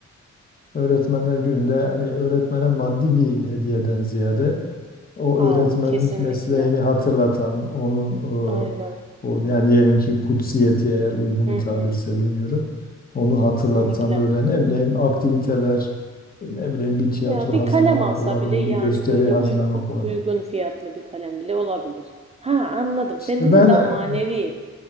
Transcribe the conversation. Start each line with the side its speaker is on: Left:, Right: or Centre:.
Left: e, öğretmenler gününde hani öğretmene maddi bir hediyeden ziyade o öğretmenlik
Right: Aa kesinlikle.
Left: mesleğini hatırlatan onun
Right: Aynen.
Left: e, o yani diyelim ki kutsiyeti eğer uygun
Right: Hı
Left: bir tabirse
Right: hı.
Left: bilmiyorum. Onu hatırlatan
Right: Kesinlikle.
Left: böyle ne bileyim aktiviteler ne bileyim bir tiyatro
Right: Ya bir
Left: hazırlamak
Right: kalem alsa
Left: olabilir,
Right: bile yani
Left: bir gösteri
Right: böyle
Left: hazırlamak
Right: uygun,
Left: olabilir.
Right: uygun fiyatlı bir kalem bile olabilir. Ha anladım. Sen
Left: İşte
Right: dedin
Left: ben
Right: daha
Left: e,
Right: manevi.